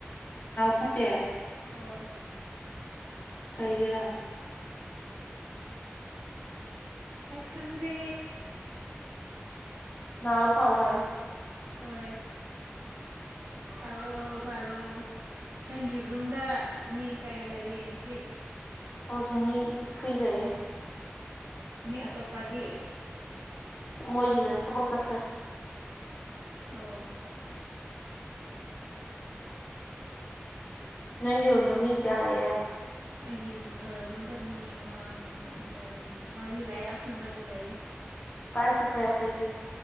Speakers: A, on the left; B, on the right.
A: ꯐꯠꯇꯦꯍꯦ
B: ꯍꯣꯏ
A: ꯀꯩꯒꯔ
B: ꯑꯦꯈꯟꯗ
A: ꯅꯥꯑꯣ ꯐꯥꯎ ꯍꯥꯏ
B: ꯍꯣꯏ ꯄꯔꯣꯚꯔꯣ ꯅꯪꯒꯤ ꯔꯨꯝꯗ ꯃꯤ ꯀꯌꯥ ꯂꯩꯌꯦ ꯍꯧꯖꯤꯛ
A: ꯍꯧꯖꯤꯃꯤ ꯐꯔꯤꯒ
B: ꯃꯤ ꯑꯇꯣꯞꯄꯗꯤ
A: ꯃꯣꯏꯗꯤ ꯊꯕꯛ ꯆꯠꯈ꯭ꯔꯦ
B: ꯑꯣ
A: ꯅꯒꯤ ꯔꯝꯅꯃꯤ ꯀꯌꯥ ꯂꯩꯌꯦ
B: ꯑꯩꯒꯤ ꯔꯨꯝꯗ ꯃꯤ ꯑꯃ ꯑꯅꯤ ꯑꯍꯨꯝ ꯃꯔꯤ ꯂꯥꯛꯑꯦ ꯑꯩꯈꯣꯏ ꯃꯔꯤ ꯂꯥꯛꯑꯦ
A: ꯀꯥꯏ ꯆꯀ꯭ꯔ ꯌꯥ ꯇ ꯑꯩꯒꯤ